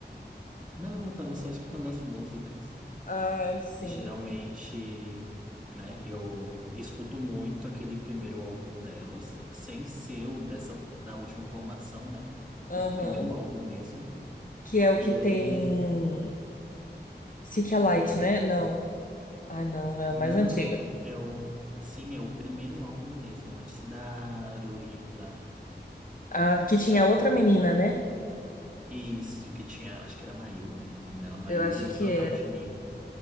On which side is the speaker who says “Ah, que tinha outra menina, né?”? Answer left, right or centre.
Left